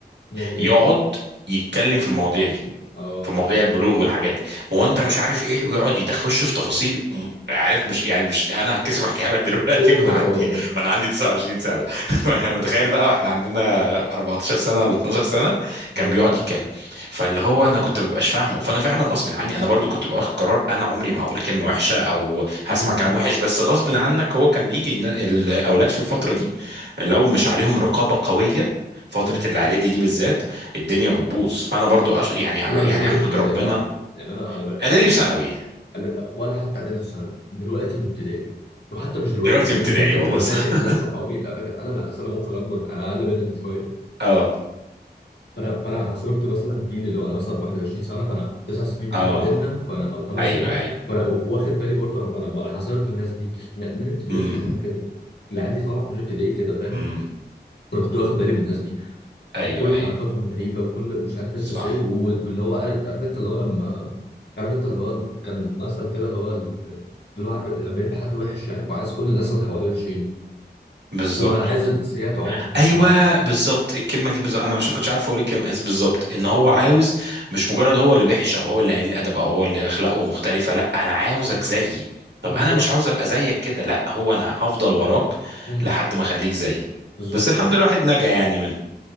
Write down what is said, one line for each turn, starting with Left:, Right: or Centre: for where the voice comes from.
Left: يعمل
Right: يقعد
Left: ايه
Right: يتكلم في المواضيع دي
Left: اه
Right: في
Left: آه.
Right: مواضيع البلوغ والحاجات دي هو
Left: آه،
Right: انت
Left: آه،
Right: مش عارف ايه ويقعد يدخلش في تفاصيل م- عارف مش يعني مش انا هتكسف احكيها لك دلوقتي
Left: اوفر
Right: وانا عندي
Left: اه
Right: وانا عندي 29 سنه <laughs> متخيل بقى واحنا عندنا 14 سنه ولا 12 سنه
Left: اه
Right: كان بيقعد
Left: اه
Right: يتكلم فاللي هو انا كنت مبقاش فاهمه فانا فعلا غصب عني انا برضو كنت باخد قرار انا عمري ما هقول كلمه وحشه او هسمع
Left: امم
Right: كلام وحش بس غصب عنك هو كان بيجي إن الاولاد في الفتره دي لو مش عليهم رقابه قويه فترة
Left: امم
Right: الإعدادي دي بالذات الدنيا بتبوظ فانا برضو أش... يعني يعني
Left: لا مش فتره
Right: احمد
Left: الاعدادي
Right: ربنا
Left: على فكره يعني انا انا لا
Right: اعدادي
Left: لا
Right: وثانوي
Left: أنا- ولا حتى اعدادي الثانوي دلوقتي من ابتدائي وحتى مش دلوقتي
Right: دلوقتي
Left: يعني
Right: ابتدائي
Left: انا فاكر
Right: والله
Left: انا
Right: صح
Left: فاكر ناس
Right: <laughs>
Left: صحابي لا فاكر انا لا اصل انا ممكن اكبر انا اقل منك بشويه
Right: اه
Left: فانا فانا عاصرت مثلا جيل اللي هو انا مثلا 21 سنه فانا تسع سنين فرق
Right: اه
Left: بيننا فانا او ثمان
Right: ايوه
Left: سنين
Right: ايوه
Left: فانا واخد بالي برضه انا انا بقى- أنا عاصرت الناس دي من ابتدائي
Right: امم
Left: وهم كده اللي عندي طالع من ابتدائي كده فاهم
Right: امم
Left: انا كنت واخد بالي من الناس دي
Right: ايوه
Left: وكل
Right: ايوه
Left: حركاتهم غريبه وكل مش عارف انت
Right: صح
Left: ازاي و- و- واللي هو عارف عارف انت اللي هو لما عارف انت اللي هو كان مثل كده اللي هو ال- اللي هو عارف لما يبقى حد وحش يعني وعايز كل الناس اللي حواليه وحشين
Right: بالظبط
Left: اللي هو انا عايز السيئات عمر يعني
Right: ايوه
Left: انا عارف
Right: بالظبط الكلمه دي بالظبط انا مش كنتش عارف اقول الكلمه إز- بالظبط ان هو
Left: مم.
Right: عاوز مش مجرد هو اللي وحش او هو اللي قليل الادب او هو اللي اخلاقه مختلفه لا انا عاوزك زيي طب
Left: بالظبط
Right: انا مش عاوز ابقى زيك كده لا هو انا هفضل وراك
Left: مم.
Right: لحد ما اخليك زيي
Left: بالظبط
Right: بس الحمد لله الواحد نجا يعني منه